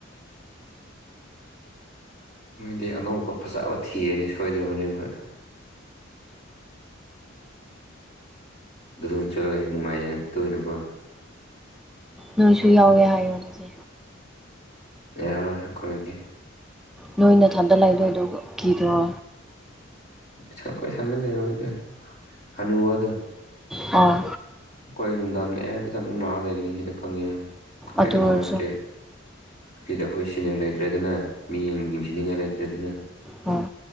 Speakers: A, on the left; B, in the centre.
A: ꯃꯣꯏꯗꯤ ꯑꯅꯧꯕ ꯐꯖꯕ ꯊꯤꯔꯅꯤ ꯁꯣꯏꯗ꯭ꯔꯕꯅꯦꯕ ꯑꯗꯨꯗ ꯑꯣꯏꯅ ꯆꯠꯂ ꯑꯩ ꯅꯨꯡꯉꯥꯏꯅꯠ ꯇꯣꯏꯅꯀꯣ
B: ꯅꯪꯁꯨ ꯌꯥꯎꯋꯦ ꯍꯥꯏꯌꯣꯠꯂꯁꯦ
A: ꯌꯥꯔ ꯑꯩꯈꯣꯏꯒꯤ
B: ꯅꯣꯏ ꯅꯊꯥꯗ ꯂꯥꯛꯏꯗꯣꯏ ꯑꯗꯨ ꯀꯤꯗꯔꯣ
A: ꯁꯟ ꯀꯣꯏ ꯁꯟꯗꯅ ꯂꯩꯔꯣꯏꯗ ꯍꯅꯨꯕꯗꯣ
B: ꯑꯥ
A: ꯑꯩꯈꯣꯏ ꯅꯨꯡꯗꯥꯡ ꯑꯦ ꯇ ꯑꯗꯨꯝ ꯂꯥꯛꯑ ꯂꯩꯒꯅꯤ ꯁꯤꯗ ꯈꯪꯉꯦ ꯀꯩꯒꯤꯅꯣ
B: ꯑꯗꯨ ꯑꯣꯏꯔꯁꯨ
A: ꯍꯥꯏꯔꯗꯤ ꯁꯤꯗ ꯑꯩꯈꯣꯏ ꯁꯤꯅꯤꯔ ꯂꯩꯇ꯭ꯔꯦꯗꯅ ꯃꯤꯠꯌꯦꯡ ꯌꯦꯡꯁꯤꯟꯅꯤꯡꯉꯥꯏ ꯂꯩꯇ꯭ꯔꯦꯗꯅ
B: ꯑꯣ